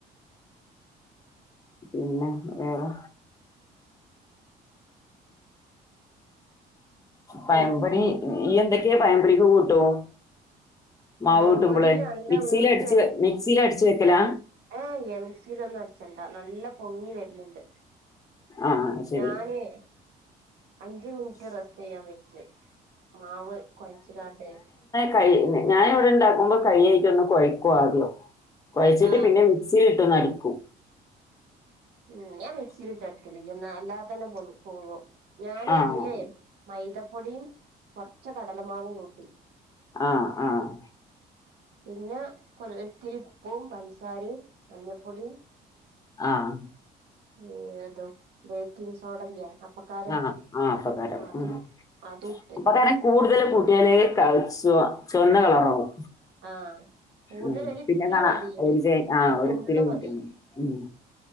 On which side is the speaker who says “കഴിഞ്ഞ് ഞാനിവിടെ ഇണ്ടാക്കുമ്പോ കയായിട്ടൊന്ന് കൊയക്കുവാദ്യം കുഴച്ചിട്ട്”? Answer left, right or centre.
Left